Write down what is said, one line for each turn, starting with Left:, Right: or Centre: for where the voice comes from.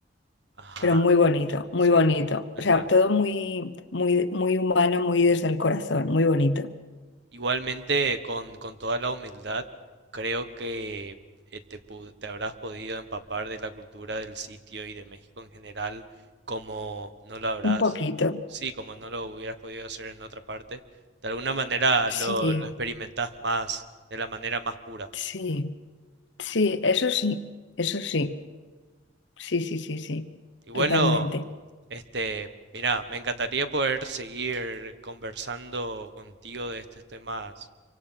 Right: Ajá,
Left: pero muy bonito,
Right: entiendo,
Left: muy
Right: sí,
Left: bonito.
Right: lo
Left: O
Right: entiendo.
Left: sea, todo muy, muy, muy humano, muy desde el corazón, muy bonito.
Right: Igualmente, con, con toda la humildad, creo que eh, te, pu- te habrás podido empapar de la cultura del sitio y de México en general, como no lo habrás,
Left: Un poquito,
Right: sí, como no lo hubieras podido hacer en otra parte. De alguna manera
Left: sí,
Right: lo, lo experimentás más, de la manera más pura.
Left: sí, sí, eso sí, eso sí, sí, sí, sí, sí,
Right: Y bueno,
Left: totalmente.
Right: este, mira, me encantaría poder seguir conversando contigo de estos temas